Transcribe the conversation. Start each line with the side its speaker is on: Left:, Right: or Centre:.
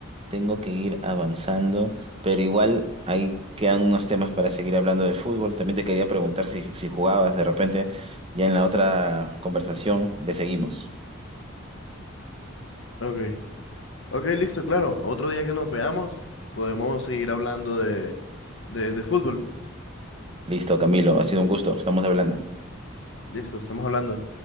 Right: tengo que ir avanzando, pero igual ahí quedan unos temas para seguir hablando de fútbol. También te quería preguntar si, si jugabas de repente, ya en la otra conversación le seguimos.
Left: ok. Ok, listo, claro. Otro día que nos veamos, podemos seguir hablando de, de, de fútbol.
Right: Listo, Camilo, ha sido un gusto. Estamos hablando.
Left: Listo, estamos hablando.